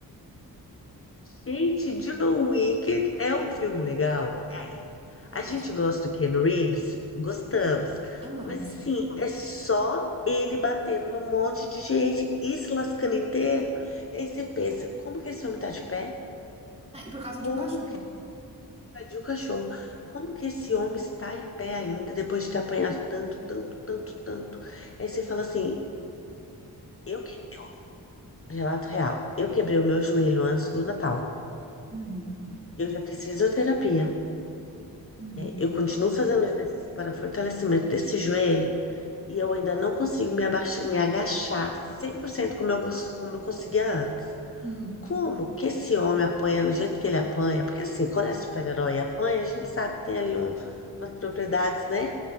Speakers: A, on the left; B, on the right.
A: Gente, John Wick é um filme legal? É.
B: É
A: A
B: ótimo.
A: gente gosta do Ken Reeves? Gostamos.
B: Amamos.
A: Mas, sim, é só ele batendo num monte de gente e se lascando inteiro. E aí você pensa, como que esse homem tá de pé?
B: Ah, e por causa
A: Como
B: de um cachorro.
A: que ele invadiu o cachorro? Como que esse homem está em pé ainda depois de ter apanhado tanto, tanto, tanto, tanto? Aí você fala assim, eu que... Relato real, eu quebrei o meu joelho antes do Natal.
B: Uhum,
A: Eu já fiz fisioterapia.
B: uhum,
A: Eu continuo fazendo exercício para fortalecimento desse joelho e eu ainda não consigo me abaixar, me agachar 100% como eu, gos- como eu conseguia antes.
B: uhum.
A: Como que esse homem apanha do jeito que ele apanha? Porque assim, quando é super-herói e apanha, a gente sabe que tem ali um, umas propriedades, né,